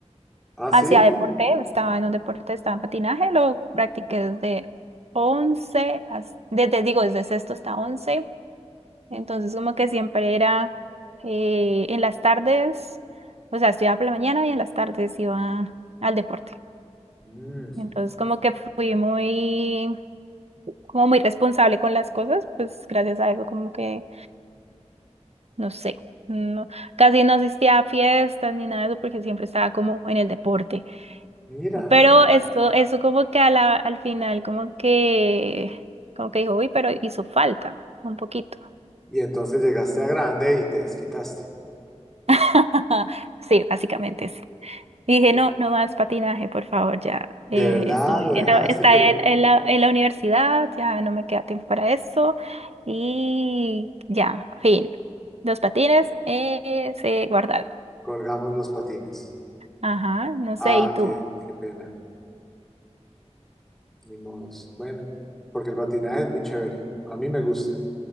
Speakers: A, in the centre; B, on the right.
A: Ah,
B: Hacía
A: sí.
B: deporte, estaba en un deporte, estaba en patinaje, lo practiqué desde once has- desde, digo, desde sexto hasta once entonces como que siempre era eh, en las tardes, o sea, estudiaba por la mañana y en las tardes iba al deporte,
A: Mm,
B: entonces como que fui muy, como muy responsable con las cosas, pues gracias a eso como que, no sé, no, casi no asistía a fiestas ni nada de eso porque siempre estaba como en el deporte.
A: mira.
B: Pero eso, eso como que a la- al final, como que, como que dijo, uy, pero hizo falta un poquito.
A: Y entonces llegaste a grande y te desquitaste.
B: <laughs> Sí, básicamente sí. Dije,
A: Eh,
B: no, no más patinaje, por favor, ya.
A: De
B: eh,
A: verdad
B: estoy,
A: lo dejaste,
B: en la- está
A: pero
B: en, en la, en la universidad, ya no me queda tiempo para eso. Y ya, fin. Los patines eh, se guardaron.
A: colgamos los patines.
B: Ajá, no
A: Ah,
B: sé, ¿y tú?
A: qué, qué pena. Ni modos. Bueno, porque el patinaje es muy chévere. A mí me gusta.